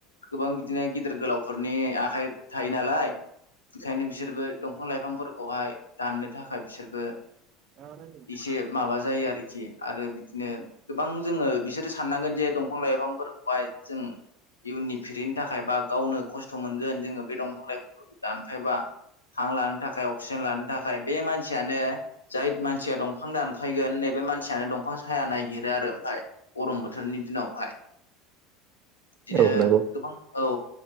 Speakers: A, on the left (about 80°); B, on the right (about 40°).
A: गोबां बिदिनो गिदिर गोलावफोरनि आखाइ थायो नालाय। बेखायनो बिसोरबो दंफां लाइफांफोरखौहाय दाननो थाखाय बिसोरबो
B: <inaudible>
A: एसे माबा जायो आरोखि आरो बिदिनो गोबां जोङो बिसोरो साननांगोन जे दंफां लाइफांफोरखौहाय जों इयुननि फिरिनि थाखाय बा गावनो खस्थ' मोनगोन जोङो बे दंफां लाइफोरखौ दानफायबा हां लानो थाखाय अक्सिजेन लानो था थाखाय बे मानसियानो जाय मानसिया दंफां दानफायगोन नैबे मानसियानो दंफां साया नायगिरो आरो ओमफ्राय गरम बोथोरनि दिनावहाय बिदिनो
B: औ नंगौ
A: गोबां औ।